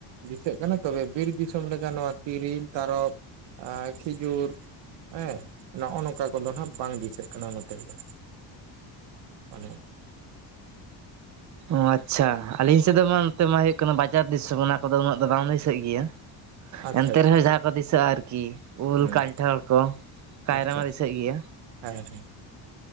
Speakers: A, on the right (about 70°); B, on the right (about 40°).
A: ᱫᱤᱥᱟᱹᱜ ᱠᱟᱱᱟ, ᱛᱚᱵᱮ ᱵᱤᱨ ᱫᱤᱥᱚᱢ ᱞᱮᱠᱟ ᱱᱚᱣᱟ ᱛᱤᱨᱤᱞ ᱛᱟᱨᱚᱵ ᱮ ᱠᱷᱤᱡᱩᱨ ᱦᱮᱸ ᱱᱚᱜ ᱱᱚᱝᱠᱟ ᱠᱚᱫᱚ ᱦᱟᱸᱜ ᱵᱟᱝ ᱫᱤᱥᱟᱹᱜ ᱠᱟᱱᱟ ᱱᱚᱛᱮ ᱨᱮᱫᱚ᱾ <unintelligible>
B: ᱚ ᱟᱪᱪᱷᱟ, ᱟᱞᱤᱧ ᱥᱮᱫ ᱫᱚ ᱢᱟ ᱱᱚᱛᱮ ᱢᱟ ᱦᱩᱭᱩᱜ ᱠᱟᱱᱟ ᱵᱟᱡᱟᱨ ᱫᱤᱥᱚᱢ ᱚᱱᱟ ᱠᱚᱫᱚ ᱩᱱᱟᱹᱜ ᱫᱚ ᱵᱟᱝ ᱫᱤᱥᱟᱹᱜ ᱜᱮᱭᱟ᱾
A: ᱟᱪᱪᱷᱟ
B: ᱮᱱᱛᱮ
A: ᱟᱪᱪᱷᱟ
B: ᱨᱮᱦᱚᱸ ᱡᱟᱦᱟᱸ ᱠᱚ ᱫᱤᱥᱟᱹᱜᱼᱟ ᱟᱨᱠᱤ ᱩᱞ
A: ᱦᱩᱸ
B: ᱠᱟᱱᱴᱷᱟᱲ ᱠᱚ᱾ ᱠᱟᱭᱨᱟ
A: ᱟᱪᱪᱷᱟ
B: ᱢᱟ ᱫᱤᱥᱟᱹᱜ ᱜᱮᱭᱟ᱾
A: ᱦᱮᱸ ᱦᱮᱸ᱾